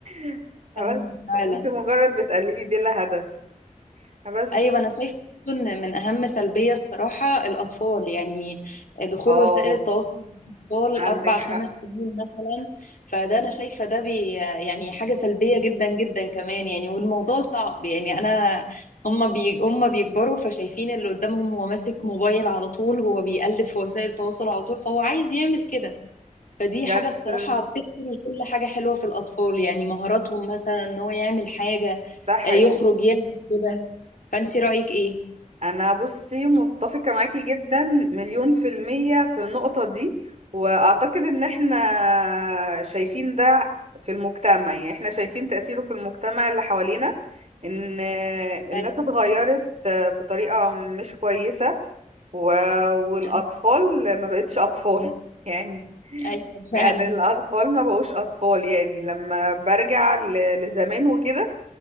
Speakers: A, on the right; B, on the left.
A: <laughs> بس
B: أيوة فعلا
A: وانت مجرد بتقلبي بلا هدف بس
B: ايوه انا شايفه برضو ان من اهم سلبيه الصراحه الاطفال يعني دخول
A: اه
B: وسائل التواصل مع الاطفال
A: عندك
B: اربع
A: حق
B: خمس سنين مثلا فده انا شايفه ده بي يعني حاجه سلبيه جدا جدا كمان يعني والموضوع صعب يعني انا هما بي هما بيكبروا فشايفين اللي قدامهم هو ماسك موبايل على طول هو بيقلب في وسائل التواصل على طول فهو عايز يعمل كده فدي
A: بجد
B: حاجة الصراحة بتقتل كل حاجة حلوة في الأطفال يعني مهاراتهم مثلا إن هو يعمل حاجة
A: ده حقيقي
B: آه، يخرج يلعب كده فأنت رأيك إيه؟
A: انا بصي متفقة معاكي جدا مليون في المية في النقطة دي واعتقد ان احنا شايفين ده في المجتمع يعني احنا شايفين تأثيره في المجتمع اللي حوالينا ان الناس
B: أيوة
A: اتغيرت بطريقة مش كويسة و... والاطفال
B: أيوة
A: ما بقتش اطفال <laughs> يعني
B: أيوة، فعلا
A: يعني الاطفال ما بقوش اطفال يعني لما برجع ل... لزمان وكده